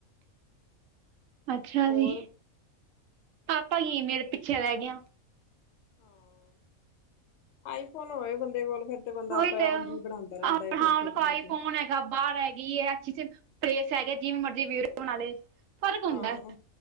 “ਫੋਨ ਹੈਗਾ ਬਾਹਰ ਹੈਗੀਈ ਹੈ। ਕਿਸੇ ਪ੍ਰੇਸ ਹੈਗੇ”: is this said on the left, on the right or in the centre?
Right